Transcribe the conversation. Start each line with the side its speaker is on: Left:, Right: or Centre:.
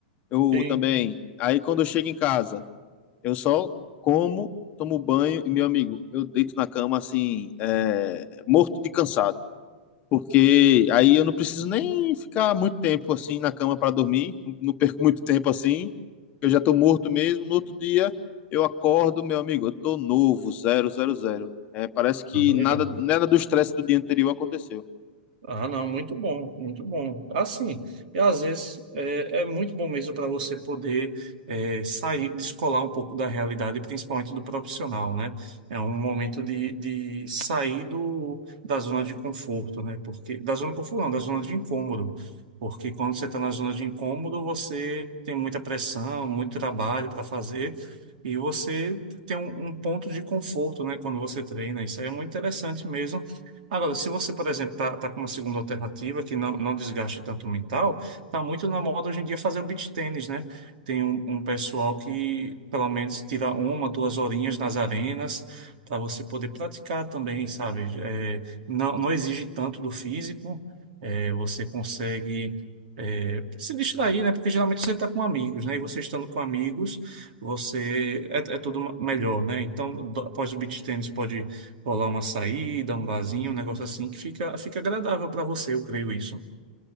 Left: Eu
Right: Sim,
Left: também. Aí quando eu chego em casa, eu só como, tomo banho e, meu amigo, eu deito na cama assim, é, morto de cansado. Porque aí eu não preciso nem ficar muito tempo assim na cama para dormir, não perco muito tempo assim, eu já tô morto mesmo. No outro dia eu acordo, meu amigo, eu tô novo, zero, zero, zero. É, parece que
Right: ah
Left: nada,
Right: legal.
Left: nada do estresse do dia anterior aconteceu.
Right: Ah, não, muito bom, muito bom. Assim, e às vezes é, é muito bom mesmo para você poder é, sair, descolar um pouco da realidade, principalmente do profissional, né? É um momento de, de sair do, da zona de conforto, né? Porque, da zona de conforto, não, da zona de incômodo. Porque quando você está na zona de incômodo, você tem muita pressão, muito trabalho para fazer, e você tem um, um ponto de conforto, né? Quando você treina. Isso aí é muito interessante mesmo Agora, se você, por exemplo, tá, tá com uma segunda alternativa que não, não desgaste tanto o mental, tá muito na moda hoje em dia fazer o beach tennis né? Tem um, um pessoal que pelo menos tira uma, duas horinhas nas arenas para você poder praticar também, sabe? É, não, não exige tanto do físico, é, você consegue é, se distrair, né? Porque geralmente você está com amigos, né? E você estando com amigos, você é, é tudo melhor, né? Então, do- após o beach tennis pode colar uma saída, um barzinho, um negócio assim que fica, fica agradável para você, eu creio isso.